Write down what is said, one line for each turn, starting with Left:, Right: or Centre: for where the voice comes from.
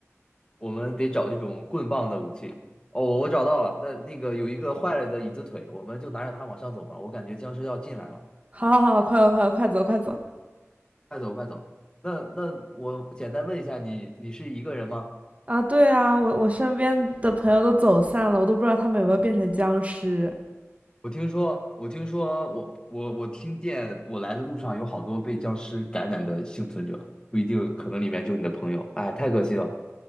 Left: 我们得找这种棍棒的武器。哦，我我找到了，在那个有一个坏了的椅子腿，我们就拿着它往上走吧。我感觉僵尸要进来了，
Right: 好好好，快快快快走，快走！
Left: 快走快走。那那我简单问一下你，你是一个人吗？
Right: 啊，对啊，我我身边的朋友都走散了，我都不知道他们有没有变成僵尸。
Left: 我听说，我听说，我我我听见，我来的路上有好多被僵尸感染的幸存者，不一定，可能里面就你的朋友。哎，太可惜了！